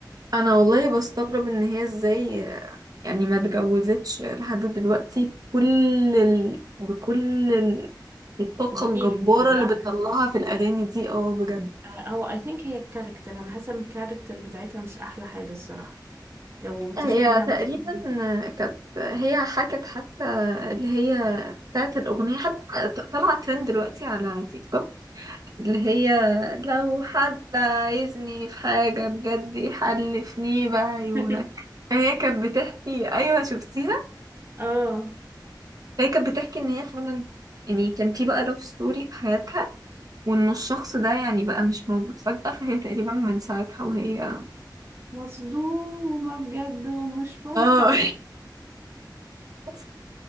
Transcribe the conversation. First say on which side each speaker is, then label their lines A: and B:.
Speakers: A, on the right (about 50°); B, on the right (about 35°).
A: أنا والله بستغرب إن هي إزاي آه، يعني ما اتجوزتش لحد دلوقتي بكل ال... بكل ال...
B: <laughs>
A: الطاقة
B: الفيلينجز
A: الجبارة
B: اللي
A: اللي
B: عندها
A: بتطلعها
B: دي.
A: في الأغاني دي اه بجد
B: آه، او اي ثينك هي الكاركتر انا حاسه ان الكاركتر بتاعتها مش احلى حاجه الصراحه لو تشوفيها
A: هي تقريبا
B: مثلا
A: كانت هي حكت حتى اللي هي بتاعت الأغنية حتى طالعة ترند دلوقتي على تيك توك اللي هي لو حد عايزني في حاجة بجد يحلفني بعيونك
B: <laughs>
A: فهي كانت بتحكي أيوة شفتيها
B: اه
A: فهي كانت بتحكي إن هي فعلا يعني كان في بقى لاف ستوري في حياتها وإن الشخص ده يعني بقى مش موجود فجأة فهي تقريبا من ساعتها وهي
B: مصدومه بجد ومش منطق
A: اه <laughs>